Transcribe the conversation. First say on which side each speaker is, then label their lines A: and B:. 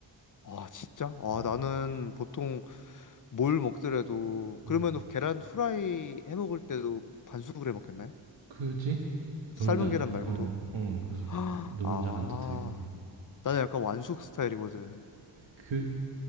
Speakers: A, on the left; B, on the right.
A: 아, 진짜? 아,
B: 어.
A: 나는 보통 뭘 먹더라도
B: 어.
A: 그러면은 계란 후라이 해 먹을 때도 반숙을 해 먹겠네.
B: 그지?
A: 삶은
B: 노른자
A: 계란 말고도.
B: 어 어
A: <gasps>
B: 그지.
A: 아.
B: 노른자 안 터뜨리고. 어.
A: 나는 약간 완숙 스타일이거든.
B: 그